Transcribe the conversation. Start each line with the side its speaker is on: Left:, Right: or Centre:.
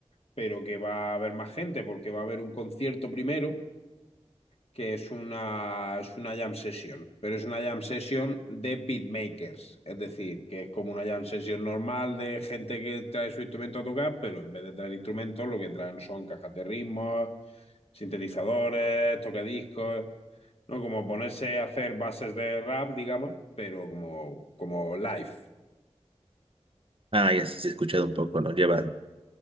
Left: pero que va a haber más gente, porque va a haber un concierto primero que es una, es una jam session, pero es una jam session de beatmakers, es decir, que es como una jam session normal de gente que trae su instrumento a tocar, pero en vez de traer instrumentos, lo que traen son cajas de ritmos, sintetizadores, tocadiscos, ¿no? Como ponerse a hacer bases de rap, digamos, pero como, como live.
Right: Ah, ya sí se ha escuchado un poco, ¿no? Llevan